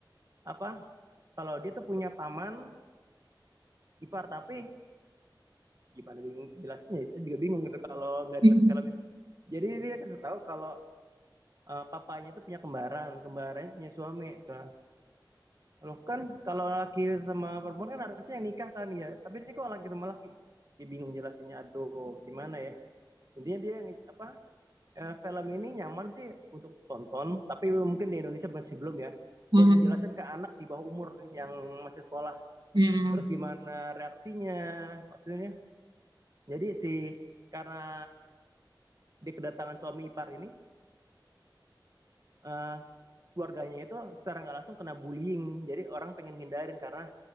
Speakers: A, on the right; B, on the right.
A: apa kalau dia tuh punya paman ipar tapi gimana bingung jelasnya saya juga bingung gitu kalau nggak
B: Hmm,
A: dilihat filmnya jadi dia kasih tahu kalau eh, papanya itu punya kembaran kembarannya punya suami Nah, loh kan kalau laki sama perempuan kan harusnya yang nikah kan ya tapi ini kok laki sama laki dia bingung jelasinnya aduh gimana ya intinya dia apa eh, film ini nyaman sih untuk tonton tapi mungkin di Indonesia masih belum ya
B: hmm,
A: buat ngejelasin ke anak di bawah umur yang masih sekolah
B: hmm,
A: terus gimana reaksinya maksudnya jadi si karena di kedatangan suami ipar ini eh, keluarganya itu secara nggak langsung kena bullying jadi orang pengen hindarin karena